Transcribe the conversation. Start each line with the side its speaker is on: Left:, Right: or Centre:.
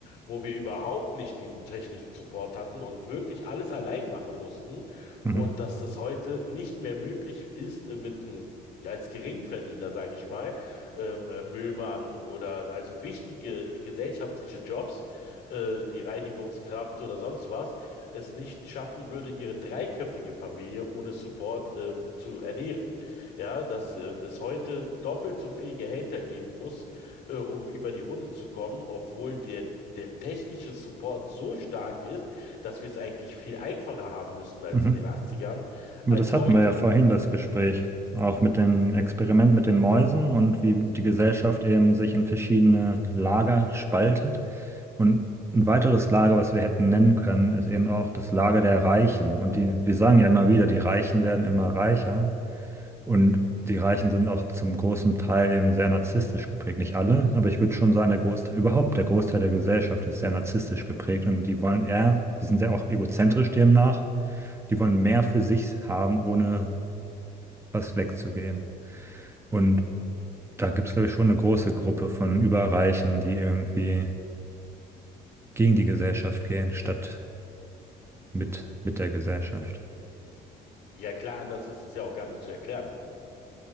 Left: wo wir überhaupt nicht diesen technischen Support hatten und wirklich alles allein machen mussten?
Right: Mhm.
Left: Und dass das heute nicht mehr möglich ist, äh, mit einem, als Geringverdiener, sage ich mal, ähm, äh, Müllmann oder also wichtige äh, gesellschaftliche Jobs, äh, die Reinigungskraft oder sonst was, es nicht schaffen würde, ihre dreiköpfige Familie ohne Support, ähm, zu ernähren. Ja, dass, äh, es heute doppelt so viel Gehälter geben muss, äh, um über die Runden zu kommen, obwohl der Der technische Support so stark ist, dass wir es eigentlich viel einfacher haben müssten als
Right: Mhm.
Left: in den 80ern,
Right: Aber
Left: als
Right: das hatten
Left: heute.
Right: wir ja vorhin, das Gespräch. Auch mit dem Experiment mit den Mäusen und wie die Gesellschaft eben sich in verschiedene Lager spaltet. Und ein weiteres Lager, was wir hätten nennen können, ist eben auch das Lager der Reichen. Und die, wir sagen ja immer wieder, die Reichen werden immer reicher. Und die Reichen sind auch zum großen Teil eben sehr narzisstisch geprägt. Nicht alle, aber ich würde schon sagen, der Großteil, überhaupt der Großteil der Gesellschaft ist sehr narzisstisch geprägt. Und die wollen eher, die sind sehr auch egozentrisch demnach. Die wollen mehr für sich haben, ohne was wegzugeben. Und da gibt es, glaube ich, schon eine große Gruppe von Überreichen, die irgendwie gegen die Gesellschaft gehen, statt mit, mit der Gesellschaft.
Left: Ja klar, anders ist es ja auch gar nicht zu erklären.